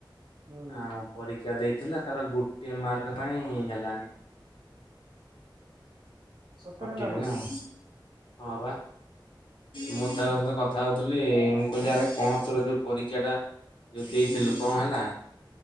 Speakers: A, on the right; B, on the left.
A: ହୁଁ
B: ଆ ପରୀକ୍ଷା ଦେଇଥିଲା ତାର ଗୋଟିଏ ମାର୍କ ପାଇଁ ହେଲାନି।
A: ସତରେ
B: କଟିଗଲା
A: ନା କହୁଛି
B: ଆଉ ହଁ ବା ମୁଁ ତାଙ୍କ ସହିତ କଥା ହଉଥିଲି ମୁଁ କହିଲି ଆରେ କଣ ତୋର ଯୋଉ ପରୀକ୍ଷା ଟା ଯେଉ ଦେଇଥିଲୁ କଣ ହେଲା